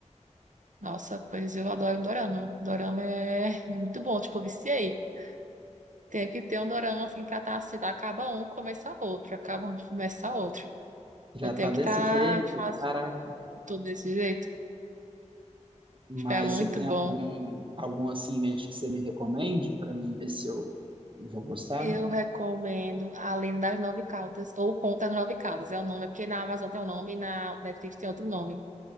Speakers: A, on the right; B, on the right.
A: Nossa, pois eu adoro dorama. Dorama é, é muito bom, tipo, eu viciei. Tenho que ter um dorama assim pra estar se assim, acaba um, começa outro, acaba um, começa outro.
B: Já
A: Eu tenho
B: tá desse
A: que estar
B: jeito?
A: fazendo
B: Caraca.
A: tudo desse jeito.
B: Mas
A: Tipo, É muito
B: você tem
A: bom.
B: al- algum assim em mente que você me recomende pra mim ver se eu vou gostar?
A: Eu recomendo Além das Nove Caudas, ou Conta das Nove Caudas, é o nome, é porque na Amazon tem um nome e na Netflix tem outro nome.